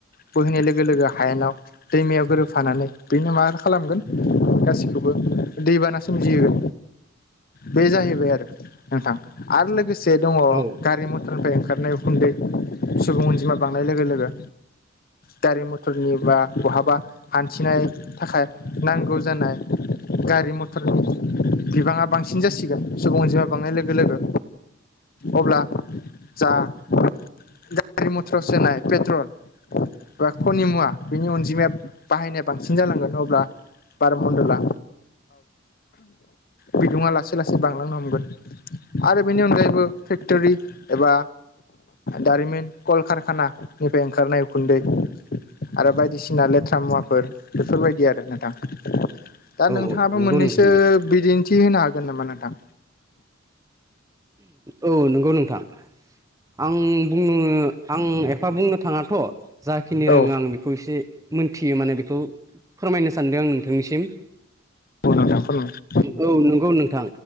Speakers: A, on the left (about 45°); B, on the right (about 15°).
A: बोहैनाय लोगो लोगो हायेनाव दैमायाव गोरोबफानानै बेनो मा खालामगोन गासिखौबो दैबाना सोमजियो बे जाहैबाय आरो नोंथां आरो लोगोसे दङ
B: औ
A: गारि मथ हटनिफ्राय ओंखारनाय उखुन्दै सुबुं अनजिमा बांनाय लोगो लोगो गारि मथरनि बा बहाबा- हान्थिनाय थाखाय नांगौ जानाय - गारि मथरनि बिबाङा बांसिन जासिगोन सुबुं जमा बांनाय लोगो लोगो। अब्ला जा गारि मटर सोनाइ पेट्रल एबा खनि मुवा बेनि अनजिमाया बाहायनाया बांसिन जालांगोन अब्ला बार मन्दला बिदुङा लासै लासै बांलांनो हमगोन- आरो बेनि अनगायैबो फेक्ट'रि एबा दारिमिन कलकारखानानिफ्राय ओंखारनाय उखुन्दै आरो बायदिसिना लेथ्रा मुवाफोर बेफोरबायदि आरो नोंथां दा
B: औ
A: नोंथाङाबो
B: नंगौ
A: मोननैसो
B: नोंथां नंगौ
A: बिदिन्थि होनो हागोन नामा नोंथां?
B: औ नोंगौ नोंथां आं बुंङो आं एफा बुंनो थाङाथ' जाखिनि
A: औ
B: रोङो आं बिख खौ एसे मोनथियो माने बेखौ फोरमायनो सानदों आं नोंथांनिसिम
A: औ नोंथां फोरमाइनो हागोन।
B: औ नंगौ नोंथां।